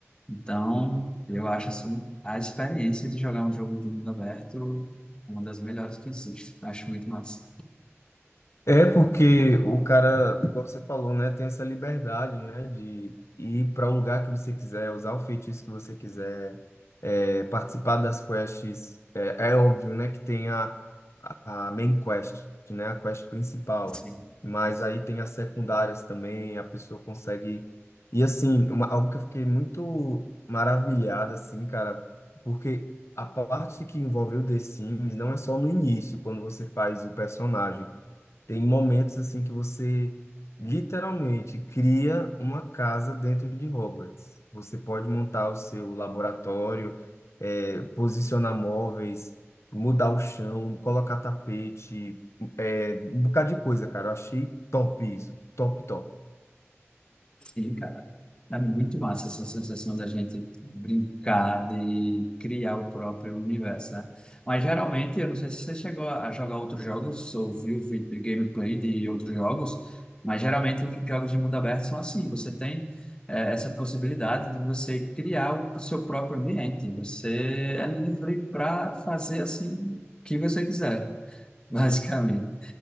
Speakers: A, on the left; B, on the left.
A: Então, eu acho assim, a experiência de jogar um jogo de mundo aberto uma das melhores que existe. Acho muito massa.
B: É porque o cara, igual você falou, né, tem essa liberdade, né, de ir para o lugar que você quiser, usar o feitiço que você quiser, é, participar das quests. É, é óbvio, né, que tem a, a main quest, né, a quest principal,
A: Sim.
B: mas aí tem as secundárias também, a pessoa consegue. E assim, uma, algo que eu fiquei muito maravilhado, assim, cara, porque a parte que envolve o The Sims não é só no início, quando você faz o personagem. Tem momentos assim que você literalmente cria uma casa dentro de Hogwarts. Você pode montar o seu laboratório, eh, posicionar móveis, mudar o chão, colocar tapete, eh, um bocado de coisa, cara. Eu achei top isso, top, top.
A: Sim, cara. É muito massa essa sensação da gente brincar de criar o próprio universo, né? Mas geralmente, eu não sei se você chegou a jogar outros jogos ou viu vi- gameplay de outros jogos, mas geralmente os jogos de mundo aberto são assim. Você tem eh, essa possibilidade de você criar o seu próprio ambiente. Você é livre para fazer assim o que você quiser, <laughs> basicamente.